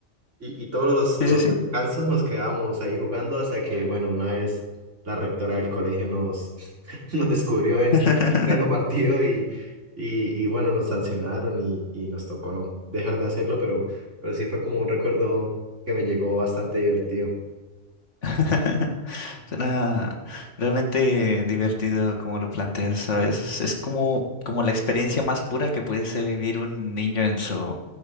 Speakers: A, on the right (about 75°); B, on the left (about 75°).
A: Y, y todos los,
B: Sí,
A: los
B: sí, sí.
A: descansos nos quedábamos ahí jugando hasta que, bueno, una vez la rectora del colegio nos, <laughs> nos descubrió en,
B: <laughs>
A: en pleno partido y, y, y, bueno, nos sancionaron y, y nos tocó dejar de hacerlo, pero, pero sí fue como un recuerdo que me llegó bastante divertido.
B: <laughs> Suena realmente divertido como lo planteas, ¿sabes? Es como, como la experiencia más pura que pudiese vivir un niño en su,